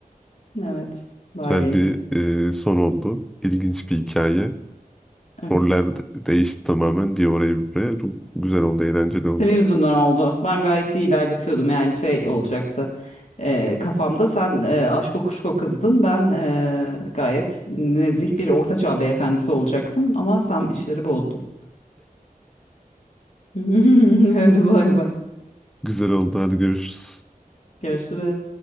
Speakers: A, on the left; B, in the centre.
A: Evet böyleydi
B: güzel bir e, son oldu. İlginç bir hikaye.
A: evet.
B: Roller de- değişti tamamen bir oraya bir buraya. Çok güzel oldu, eğlenceli oldu.
A: Senin yüzünden oldu. Ben gayet iyi ilerletiyordum yani şey olacaktı. Ee, kafamda sen e, aşko kuşko kızdın. Ben e, gayet nezih bir ortaçağ beyefendisi olacaktım ama sen işleri bozdun. <laughs> Hadi bay bay.
B: Güzel oldu. Hadi görüşürüz.
A: Görüşürüz.